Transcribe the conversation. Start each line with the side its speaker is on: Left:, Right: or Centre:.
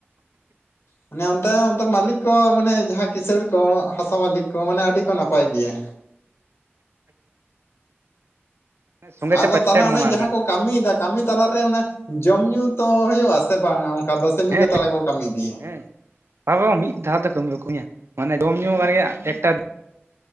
Left: ᱢᱟᱱᱮ ᱚᱱᱛᱮ ᱚᱱᱛᱮ ᱢᱟᱹᱞᱤᱠ ᱠᱚ, ᱢᱟᱱᱮ ᱡᱟᱦᱟᱸ ᱠᱤᱥᱟᱹᱲ ᱠᱚ, ᱦᱟᱥᱟ ᱢᱟᱹᱞᱤᱠ ᱠᱚ ᱢᱟᱱᱮ ᱟᱹᱰᱤ ᱠᱚ ᱱᱟᱯᱟᱭ ᱜᱮᱭᱟ᱾
Right: ᱥᱚᱸᱜᱮ
Left: ᱟᱫᱚ
Right: ᱛᱮ ᱯᱚᱭᱥᱟᱭ
Left: ᱛᱟᱦᱚᱞᱮ
Right: ᱮᱢᱟᱢᱟ
Left: ᱚᱱᱮ ᱡᱟᱦᱟᱸ
Right: ᱟᱨᱠᱤ
Left: ᱠᱚ ᱠᱟᱹᱢᱤᱭᱮᱫᱟ ᱠᱟᱹᱢᱤ ᱛᱟᱞᱟᱨᱮ ᱚᱱᱟ ᱡᱚᱢ ᱧᱩ ᱛᱚ ᱦᱩᱭᱩᱜ ᱟᱥ ᱵᱟᱝ ᱟ? ᱟᱠᱫᱚ ᱥᱮ ᱢᱤᱫ
Right: ᱦᱮᱸ
Left: ᱞᱮᱛᱟᱲ ᱨᱮ ᱠᱚ ᱠᱟᱹᱢᱤ ᱤᱫᱤᱭᱟ?
Right: ᱦᱮᱸ ᱢᱤᱫ ᱫᱷᱟᱣ ᱛᱮ ᱠᱟᱹᱢᱤ ᱵᱟ ᱠᱟᱹᱢᱮᱭᱟ ᱢᱟᱱᱮ ᱡᱚᱢ ᱧᱩ ᱟᱨᱭᱟᱜ ᱮᱠᱴᱟ